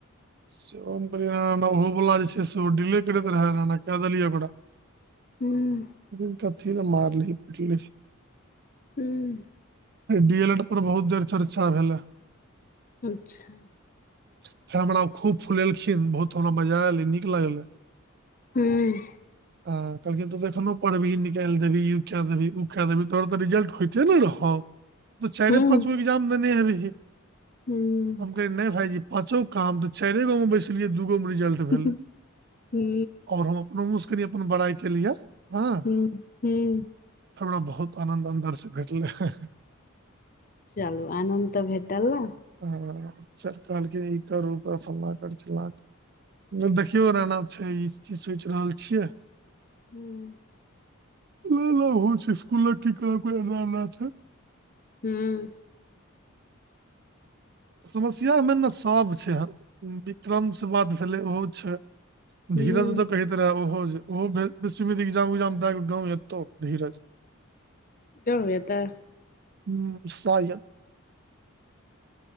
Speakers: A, on the right; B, on the left.
A: सोम दिना ओहो बुलावै जे छै से ओ डिले करैके रेहा के देलियै ओकरा।
B: हूं।
A: दुर कथी ले मारलियै पिटलियै।
B: हुँ
A: डी एले ड पर बहुत देर चर्चा भेले।
B: अच्छा।
A: फेर हमरा खूब फुलेलखिन बहुत हमरा मजा एलै निक लगलै।
B: हूं।
A: हां कहलखिन त एखनो पड़बिहि निकालि देबही इ क देबी ओ क देबी तोहर तऽ रिजल्ट होयइते नै रहौ। तु चाइरे
B: हुँ
A: पाँच गो एग्जाम देने हेबहि,
B: हुँ
A: हम कहै नै भाइजी पांचोग कहां हमत चाइरे गो में बैसलियै दुगो मे रिजल्ट भेलै
B: हूहू हू
A: और हम अपनो मुँहसँ कनि अपन बड़ाइ केलियै। हँ
B: हुं हूं
A: हमरा बहुत आनंन्द अन्दर स भेटलै हे- हे
B: चालु आनंन्द त भेटल न
A: ह सर कहलखिन इ कर उकर फला कर चिल्ला कर <unintelligible> यो रना छै इ चीज सोइच रहल छियै।
B: हूं
A: उलो ओहो छै स्कूललग की एकरा ओकरा नाना छै
B: हूं।
A: समस्यामे ने सब छै विक्रम से बात भेलै ओहो छै।
B: हुँ
A: धीरज दऽ कहैत रहै ओहो जे इग्जाम उग्जाम द क गाँव एतौ धीरज
B: एकदम य तऽ
A: हुं <unintelligible>